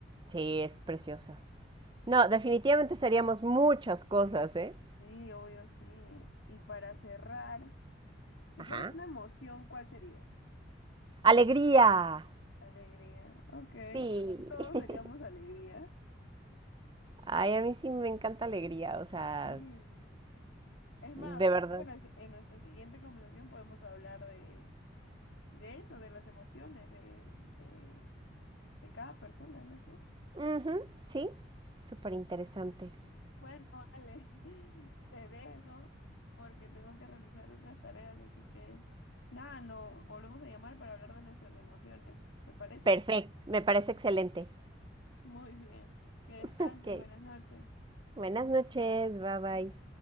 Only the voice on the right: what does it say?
Sí, es preciosa. No, definitivamente seríamos muchas cosas, ¿eh?
Ajá.
Alegría,
sí.
<laughs>
Ay, a mí sí me encanta alegría, o sea,
de verdad.
Ujú, Sí, súper interesante.
Perfecto, me parece excelente.
Ok.
Buenas noches, bye bye.